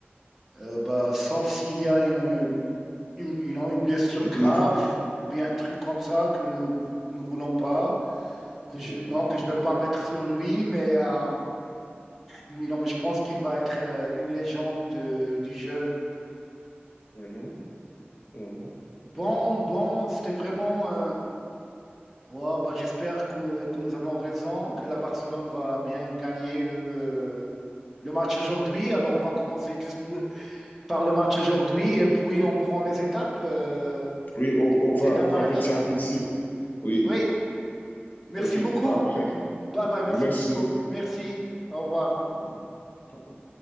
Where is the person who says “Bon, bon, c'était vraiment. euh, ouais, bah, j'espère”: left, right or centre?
Centre